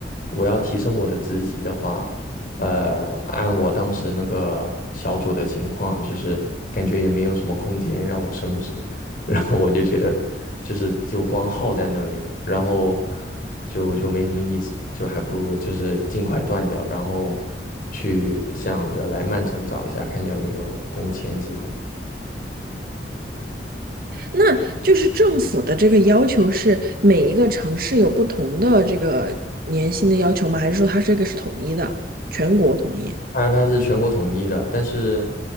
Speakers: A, on the left; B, on the right.
A: 我要提升我的职级的话，呃，按我当时那个小组的情况，就是感觉也没有什么空间让我升职。然后我就觉得就是就光耗在那里了，然后就就没什么意思，就还不如就是尽快断掉，然后去想着来曼城找一下，看有没有工签机会。
B: 那就是政府的这个要求是每一个城市有不同的这个年薪的要求吗？还是说它这个是统一的，全国统一？
A: 它它是全国统一的，但是，